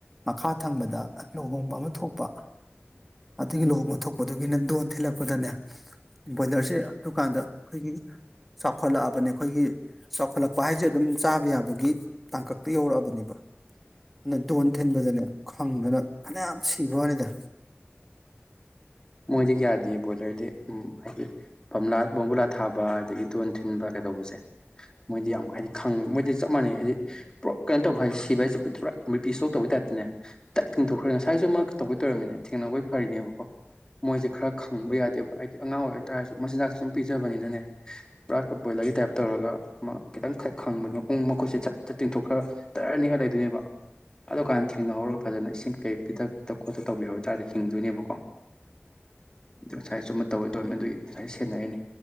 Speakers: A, in the centre; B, on the left (about 20°).
A: ꯃꯈꯥ ꯊꯪꯕꯗ ꯂꯨꯍꯣꯡꯕ ꯑꯃ ꯊꯣꯛꯄ ꯑꯗꯒꯤ ꯂꯍꯣꯛꯕ ꯊꯣꯛꯄ ꯑꯗꯨꯒꯤꯅ ꯗꯣꯟ ꯊꯤꯜꯂꯛꯄꯗꯅꯦ ꯕꯣꯏꯂꯔꯁꯦ ꯑꯗꯨꯀꯥꯟꯗ ꯑꯩꯈꯣꯏꯒꯤ ꯆꯥꯎꯈꯠꯂꯛꯑꯕꯅꯦ ꯑꯩꯈꯣꯏꯒꯤ ꯆꯥꯎꯈꯠꯂꯛꯄ ꯍꯥꯏꯁꯦ ꯑꯗꯨꯝ ꯆꯥꯕ ꯌꯥꯕꯒꯤ ꯇꯥꯡꯀꯛꯇ ꯌꯧꯔꯛꯑꯕꯅꯦꯕ ꯅ ꯗꯣꯟ ꯊꯤꯟꯕꯗꯅꯦ ꯈꯪꯗꯅ ꯐꯅꯌꯥꯝ ꯁꯤꯕꯋꯥꯅꯤꯗ
B: ꯃꯣꯏꯗꯤ ꯌꯥꯗꯤ ꯕꯣꯏꯂꯔꯗꯤ ꯎꯝ ꯍꯥꯏꯗꯤ ꯕꯣꯝꯕꯨꯂꯥ ꯊꯥꯕ ꯑꯗꯒꯤ ꯗꯣꯟ ꯊꯤꯟꯕ ꯀꯩꯗꯧꯕꯁꯦ ꯃꯣꯏꯗꯤ ꯌꯥꯝ ꯍꯥꯏꯗꯤ ꯈꯪꯉꯤ ꯃꯣꯏꯗꯤ ꯆꯞ ꯃꯥꯟꯅꯩ ꯍꯥꯏꯗꯤ ꯄꯨꯔꯞ ꯀꯩꯅꯣ ꯇꯧꯕ ꯍꯥꯏꯗꯤ ꯁꯤꯕ ꯍꯥꯏ ꯆꯄ ꯄꯨꯔꯥ ꯔꯤꯄꯤ ꯏꯁꯇꯣꯛ ꯇꯧꯕꯩ ꯇꯥꯏꯞꯇꯅꯦ ꯇꯛ ꯇꯤꯡꯊꯣꯛꯈ꯭ꯔꯦ ꯉꯁꯥꯏꯁꯨ ꯑꯃ ꯇꯧꯕꯩ ꯇꯧꯔꯝꯃꯤꯅꯦ ꯊꯦꯡꯅꯕ ꯐꯔꯤꯅꯦꯕꯀꯣ ꯃꯣꯏꯁꯦ ꯈꯔ ꯈꯪꯕ ꯌꯥꯗꯦꯕ ꯑꯉꯥꯡ ꯑꯣꯏꯇꯥꯔꯁꯨ ꯃꯆꯤꯟꯖꯥꯛꯁꯦ ꯁꯨꯝ ꯄꯤꯖꯕꯅꯤꯅꯅꯦ ꯕ꯭ꯔꯥꯁꯀ ꯕꯣꯏꯂꯔꯒꯤ ꯇꯥꯏꯞ ꯇꯧꯔꯒ ꯑꯃ ꯈꯤꯇꯪ ꯈꯪꯕ ꯃꯈꯣꯡ ꯃꯈꯨꯠꯁꯦ ꯆꯠ ꯆꯠ ꯇꯤꯡꯊꯣꯛꯈ꯭ꯔ ꯇꯔꯅꯤꯡꯉ ꯂꯩꯗꯣꯏꯅꯦꯕ ꯑꯗꯨꯀꯥꯟꯗ ꯊꯦꯡꯅꯍꯧꯔꯒ ꯐꯖꯅ ꯏꯁꯤꯡ ꯀꯩ ꯄꯤꯊꯛꯇ ꯈꯣꯠꯇ ꯇꯧꯕꯤꯍꯧ ꯇꯥꯔꯗꯤ ꯍꯤꯡꯗꯣꯏꯅꯦꯕꯀꯣ ꯑꯗꯨꯗꯣ ꯉꯁꯥꯏ ꯆꯨꯝꯕ ꯇꯧꯋꯦ ꯇꯣꯔꯃꯦꯟꯗꯨꯒꯤ ꯉꯁꯥꯏ ꯁꯦꯟꯅꯔꯤꯅꯦ